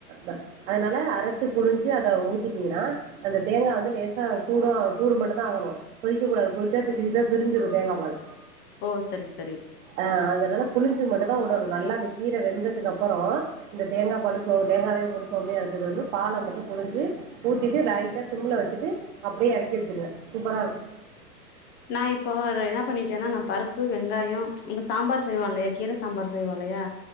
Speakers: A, on the right (about 50°); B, on the left (about 25°).
A: ஆஹ் அதனால அரைச்சு புழிஞ்சு அத ஊத்திட்டீங்கன்னா அந்த தேங்கா வந்து லேசா சூடோ சூடு மட்டு தா ஆகணு கொதிக்க கூடாது கொதிச்சா திப்பி திப்பியா பிரிசிரு தேங்கா பால்
B: ஓ சரி ச
A: ஆஹ் அதனால புளிஞ்சு மட்டு உடணு நல்லா அந்த கீர வெந்ததுக்கு அப்பறோ இந்த தேங்கா பாலு தேங்காவையு போட்டு சோமையு அரச்சது வந்து பால மட்டு புழிஞ்சு ஊத்திட்டு லைட்டா சிம்ல வச்சுட்டு அப்டியே எறக்கி வச்சிருங்க சூப்பரா இருக்கும்
B: நா இப்போ <inaudible> என்னா பண்ணிட்டேன்னா நா பருப்பு வெங்காயோ உங்க சாம்பார் செய்வோ இல்லையா கீர சாம்பார் செய்வோ இல்லையா